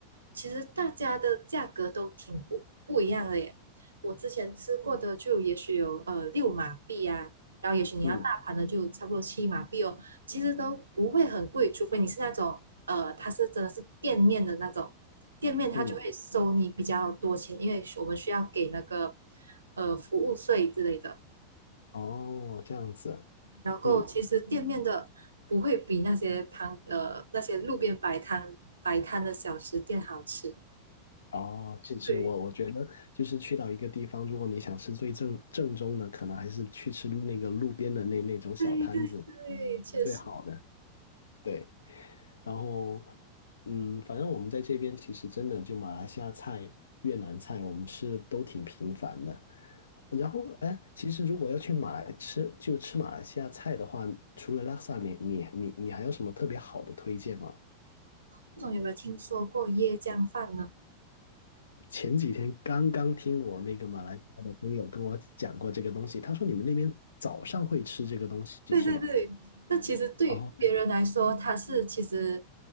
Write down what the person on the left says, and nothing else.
嗯
嗯，
哦，这样子，
嗯，哦，是是，
我我觉得就是去到一个地方，如果你想吃最正正宗的，可能还是去吃那个路边的那那种小摊子
最好的，对。然后，嗯，反正我们在这边其实真的就马来西亚菜、越南菜，我们吃的都挺频繁的。然后，哎，其实如果要去马来吃，就吃马来西亚菜的话，除了拉萨，你你你你还有什么特别好的推荐吗？
前几天刚刚听我那个马来西亚的朋友跟我讲过这个东西，他说你们那边早上会吃这个东西是吗？
哦，